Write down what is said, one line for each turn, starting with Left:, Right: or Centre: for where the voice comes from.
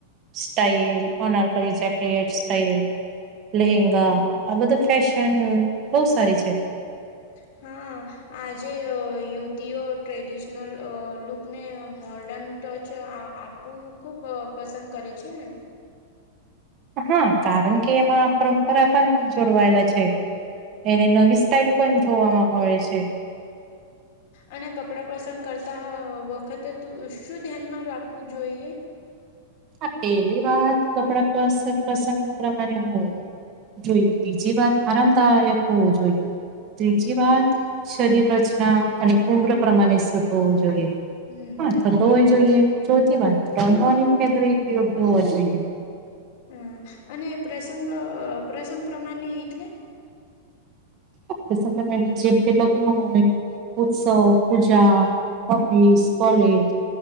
Right: સ્ટાઈલ ઓનાર કો જકેટ સ્ટાઈલ લહેંગા
Left: હમ
Right: આ બધું ફેશન બહ સારી છે.
Left: હા આજે યુવતીઓ ટ્રેડિશનલ લુકને મોર્ડર્ન ટચ આ આપ વુ ખૂબ પસંદ કરે છે ને?
Right: હા કારણ કે એમાં પરંપરા પણ જોડવાયેલા છે એને નવી સ્ટાઈલ પણ જોવાવામાં મળે છે.
Left: અને કપડાં પસંદ કરતા વખતે ત શું ધ્યાનમાં રાખવું જોઈએ?
Right: હા પેલી વાત કપડા પસ પ્રસંગ પ્રમાણે હોય જોઈએ બીજી વાત આરામદાયક હોવું જોઈએ. ત્રીજી વાત શરીરચના અને ઉમ્ર પ્રમાણે હોવો
Left: હા
Right: જોઈએ
Left: હમ
Right: હા
Left: બરાબર
Right: થતો હોય જોઈએ ચોથી વાત <unintelligible> ફેબ્રિક યોગ્ય હોવા જોઈએ.
Left: હમ્મ અને પ્રસંગો પ્રસંગ પ્રમાણે એટલે?
Right: <unintelligible> ઉત્સવ, પૂજા, ઓફિસ, કોલેજ